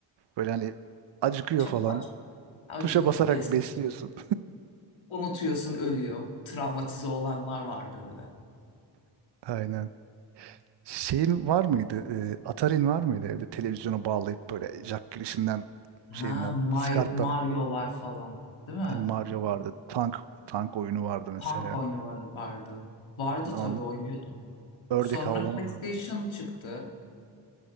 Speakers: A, on the right; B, on the left.
A: Böyle hani acıkıyor
B: Çok
A: falan.
B: saçma. Acıkıyor,
A: Tuşa basarak
B: bes.
A: besliyorsun.
B: Unutuyorsun, ölüyor. Travmatize olanlar vardı öyle.
A: <laughs> Aynen. Şeyin var mıydı? E, Atari'nin var mıydı evde? Televizyonu bağlayıp böyle jack girişinden
B: Ha,
A: şeyinden,
B: Mar-
A: Skart'tan.
B: Mario'lar falan, değil mi?
A: Hani Mario vardı. Tank tank oyunu vardı mesela.
B: Punk oyunu var- vardı. Vardı
A: On,
B: tabii oynuyordum.
A: ördek
B: Sonra
A: avlama
B: PlayStation
A: vardı.
B: çıktı.